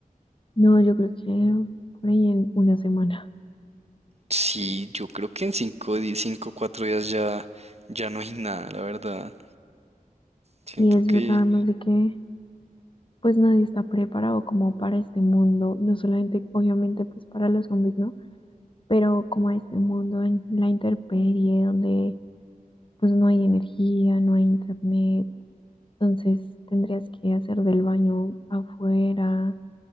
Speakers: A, on the left; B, on the right.
A: No, yo creo que por ahí en una semana.
B: Sí, yo creo que en cinco, di- cinco, cuatro días ya, ya no hay nada, la verdad. Siento
A: Y es
B: que,
A: verdad, además de que pues nadie está preparado como para este mundo, no solamente obviamente pues para los zombies, ¿no? Pero como este mundo en la intemperie, donde pues no hay energía, no hay internet, entonces tendrías que hacer del baño afuera